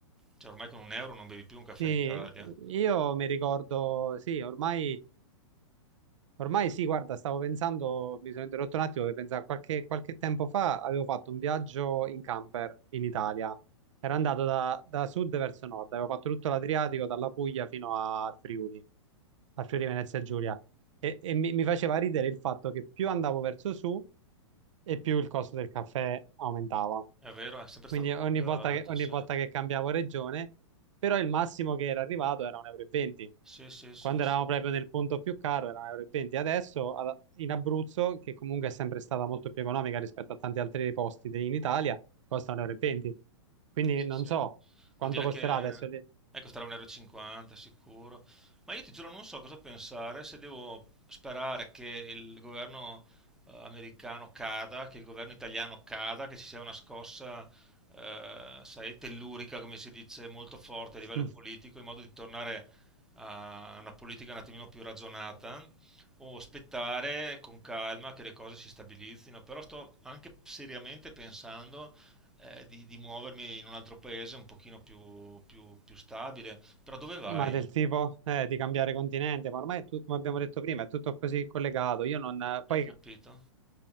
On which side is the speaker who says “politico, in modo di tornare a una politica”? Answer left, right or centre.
Centre